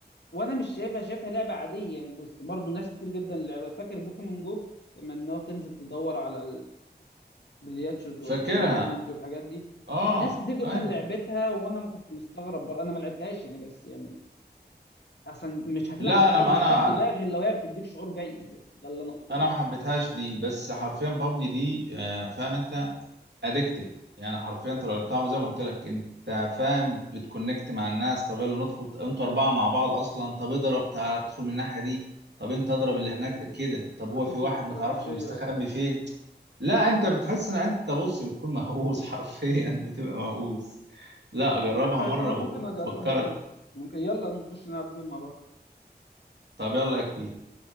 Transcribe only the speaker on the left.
وانا مش شايفها شايفها لعبه عاديه يعني بس برضه ناس كتير جدا لعبها فاكر بوكيمون جو لما انها تنزل تدور على البلياتشز والح-
والبوكيمونز والحاجات دي
ناس كتير جدا
لعبتها وانا ما كنت مستغرب برضه انا ما لعبتهاش يعني بس يعني اصلا مش هتلعب
حاجه
بالشكل
ده غير لو هي بتديك شعور جيد يعني ده اللي انا اقصده
يعني
تخطيط
واستراتيجيه
وبتاع
حاجة كويس
انا ممكن
اجربها فعلا ممكن يلا نخش نلعب جيم مع بعض